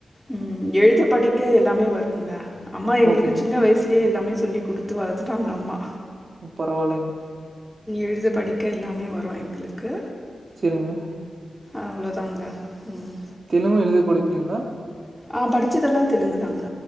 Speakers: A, in the centre; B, on the right (about 55°).
A: ம் எழுத படிக்க எல்லா- எல்லாமே வருங்க. அம்மா எங்களுக்கு
B: ஓகேங்க
A: சின்ன வயசுலேயே எல்லாமே சொ சொல்லி குடுத்து வளத்துடாங்க அம்மா.
B: ம் பரவாலங்க.
A: எழுத படிக்க எல்லாமே வரு ப்ரொ எங்குளுக்கு
B: செரிங்க.
A: அவ்ளோதாங்க ம்.
B: தெலுங்கு எழுத படிப்பீங்களா.
A: ஆ படிச்சதெல்லா தெலுங்கு தாங்க.